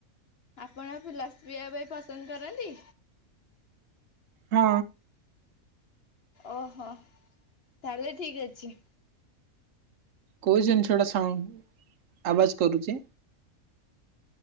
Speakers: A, on the left; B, on the right.
A: ଆପଣ ଲସି ପିଇବା ପାଇଁ ପସନ୍ଦ କରନ୍ତି?
B: ହଁ।
A: ଓହୋ ତାହଲେ ଠିକ ଅଛି।
B: କୋଉ ଜିନିଷଟା ସାଉ ଆବାଜ କରୁଛି?